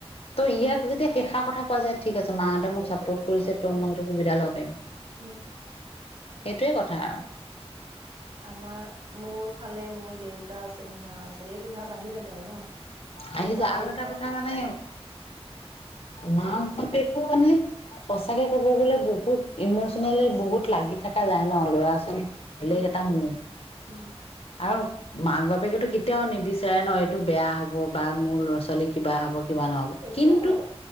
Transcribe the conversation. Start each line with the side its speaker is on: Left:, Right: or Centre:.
Left: ত' ইয়াক যেতিয়া সেইসাৰ কথা কোৱা যায় ঠিক আছ মাহঁতে মোক
Right: এই
Left: চাপৰ্ট
Right: সুবিধা
Left: কৰিছে
Right: কৰিব নালাগে
Left: ত' মই সেইটো সুবিধা ল'ব পাৰিম। সেইটোৱে
Right: উম
Left: কথা।
Right: আমাৰ মোৰ ফালে মোৰ দেউতা আছে, মোৰ মা আছে এইটো ভাব আহিয়ে যায় ন? মোৰ
Left: আহি
Right: মা
Left: যায় আৰু
Right: দেউতাই
Left: এটা কথা মানে মা বাপেকো মানে সঁচাকে ক'ব গ'লে বহুত ইমচেনেলি বহুত লাগি থাকা যায় ন ল'ৰা ছোৱালী বেলেগ
Right: উম
Left: এটা
Right: উম
Left: মোহ
Right: উম উম
Left: আৰু মাক বাপেকেতো কেতিয়াও নিবিচাৰে ন? এইটো বেয়া হ হ'ব বা মোৰ ল'ৰা ছোৱালী কিবা হ'ব। কিবা নহ'ব
Right: সেইটোও
Left: কিন্তু,
Right: হয়